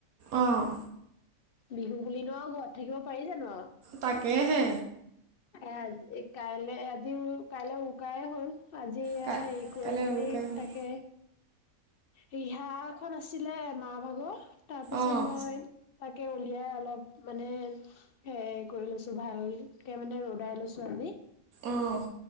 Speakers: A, on the right (about 80°); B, on the left (about 60°).
A: অ'।
B: বিহু বুলি নো আৰু ঘৰত থাকিব পাৰি জানো?
A: তাকেহে।
B: আজ কাইলৈ আজি কাইলৈ উকায়ে হ'ল? আজি হেৰি
A: কা
B: কৰি
A: কাইলৈ
B: মেলি
A: উৰুকাই হ'ল
B: তাকে ৰিহা এখন আছিলে মা ভাগৰ, তাৰপিছত
A: অঁ
B: মই তাকে উলিয়াই অলপ মানে সেই কৰি লৈছো ভালকে মানে ৰ'দাই লৈছো আজি।
A: অ'